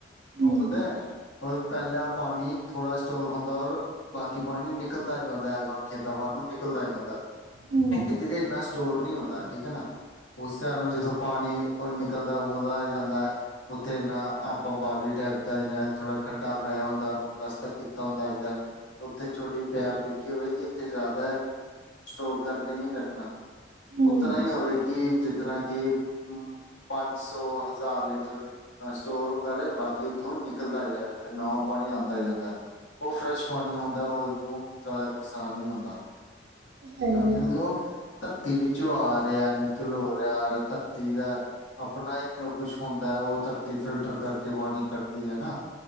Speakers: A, on the right (about 60°); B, on the left (about 85°).
A: ਹੂੰ
B: ਉਹ ਔਰ ਪਹਿਲਾ ਪਾਣੀ ਥੋੜਾ ਸਟੋਰ ਹੁੰਦਾ ਔਰ ਬਾਕੀ ਪਾਣੀ ਨਿਕਲਦਾ ਜਾਂਦਾ ਹੈ, ਖੇਤਾਂ ਵੱਲ ਨੂੰ ਨਿਕਲਦਾ ਜਾਂਦਾ।
A: ਹੂੰ
B: ਇੱਕ ਜਗ੍ਹਾ ਇੰਨਾ ਸਟੋਰ ਨੀ ਹੁੰਦਾ ਠੀਕ ਹੈ ਨਾ, ਉਸ ਹਿਸਾਬ ਨਾਲ ਜਦੋਂ ਪਾਣੀ ਨਿਕਲਦਾ। ਓ ਮਜ਼ਾ ਆ ਜਾਂਦਾ ਹੈ। ਉੱਥੇ ਨਾ ਆਪਾਂ ਬਾਵਲੀ ਟਾਈਪ ਦਾ ਜਾਂ ਥੋੜਾ ਖੰਡਾ ਬਣਾਇਆ ਹੁੰਦਾ, ਉਹਨੂੰ ਪਲੱਸਤਰ ਕੀਤਾ ਹੁੰਦਾ ਅੱਜ-ਕੱਲ੍ਹ। ਉੱਥੇ ਛੋਟੀ ਪੈਪ ਲਿਖੀ ਹੋਵੇ, ਕਿ ਇੱਥੇ ਜ਼ਿਆਦਾ ਸਟੋਰ ਕਰਕੇ ਨਹੀਂ ਰੱਖਣਾ।
A: ਹੂੰ
B: ਉਤਨਾ ਹੀ ਹੋਵੇ, ਕਿ ਜਿਤਰ ਕਿ ਹ ਪੰਜ ਸੌ ਹਜ਼ਾਰ ਲੀਟਰ ਸਟੋਰ ਹੁੰਦਾ, ਰਹੇ ਬਾਕੀ ਉੱਥੋਂ ਨਿਕਲਦਾ ਜਾਵੇ ਤੇ ਨਵਾਂ ਪਾਣੀ ਆਦਾ ਜਾਂਦਾ। ਉਹ ਫਰੈਸ਼ ਪਾਣੀ ਹੁੰਦਾ, ਉਹਨੂੰ ਜ਼ਿਆਦਾ ਨੁਕਸਾਨ ਨਹੀਂ ਹੁੰਦਾ। ਠੀਕ
A: ਹੈਗੇ
B: ਹੈ, ਕਿਉਂਕਿ
A: ਆ
B: ਉਹ ਧਰਤੀ ਵਿੱਚੋਂ ਆ ਰਿਹਾ ਨਿਕਲ ਹੋ ਰਿਹਾ ਧਰਤੀ ਦਾ। ਆਪਣਾ ਹੀ ਉਹ ਕੁਛ ਹੁੰਦਾ ਉਹ ਧਰਤੀ ਫਿਲਟਰ ਕਰਕੇ ਪਾਣੀ ਕੱਢਦੀ ਹੈ ਨਾ।